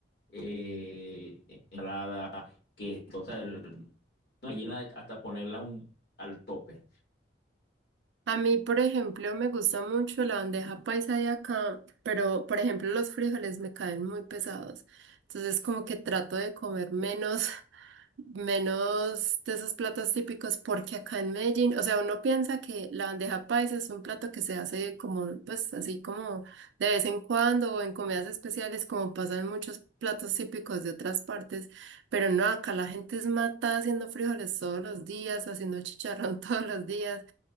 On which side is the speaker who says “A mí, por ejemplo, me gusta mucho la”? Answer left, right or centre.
Right